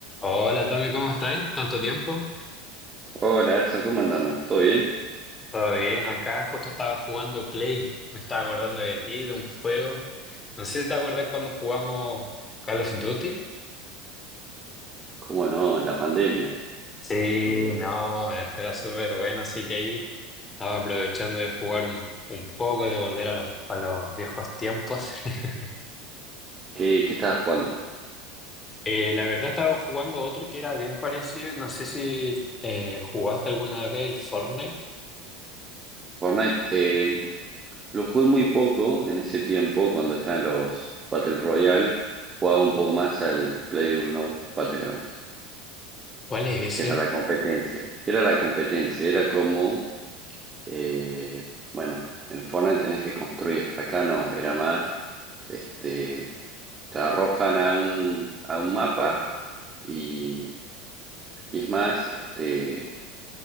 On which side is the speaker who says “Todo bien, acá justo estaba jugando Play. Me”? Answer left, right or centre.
Left